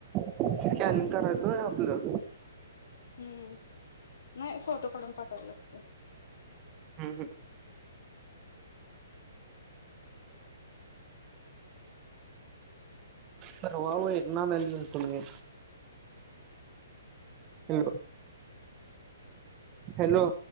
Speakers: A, on the right; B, on the left.
A: <inaudible> स्कॅनिंग करायचं होय आपलं
B: हम्म नाही फोटो काढून पाठवाव लागतय.
A: हंम हंम परवा वैरण आणायला गेलो मी हॅलो हॅलो